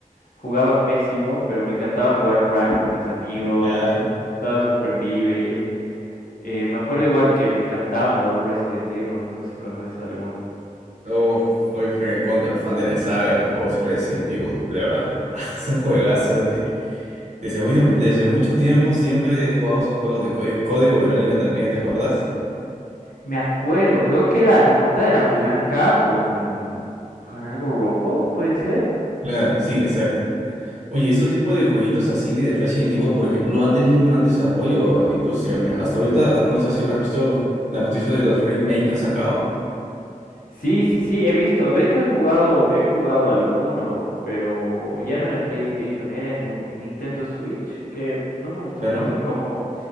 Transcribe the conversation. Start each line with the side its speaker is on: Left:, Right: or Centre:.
Left: jugaba pésimo, pero me encantaba jugar Crash con mis amigos,
Right: Claro.
Left: es- estaba súper divertido. Eh, me acuerdo igual que me encantaban los Resident Evil, no sé si conoces alguno.
Right: Oh, soy recontra fan de la saga de los juegos Resident Evil, la verdad. <laughs> son juegazos desde, desde, muy tiemp- desde mucho tiempo siempre he jugado esos juegos de Código Código Verónica también, ¿te acuerdas?
Left: Me acuerdo, creo que era, la portada era blanca con, con algo rojo, puede ser.
Right: Claro, sí, exacto. Oye, esos tipos de jueguitos así de Resident Evil, por ejemplo, han tenido un gran desarrollo en la industria. Mira, hasta ahorita, no sé si habrás visto los, la noticia de los remakes que han sacado,
Left: Sí, sí, sí, he visto. De hecho, he jugado, he jugado alguno, pero ya no era en PlayStation, era en un en Nintendo Switch, que no me gustó
Right: claro.
Left: mucho cómo...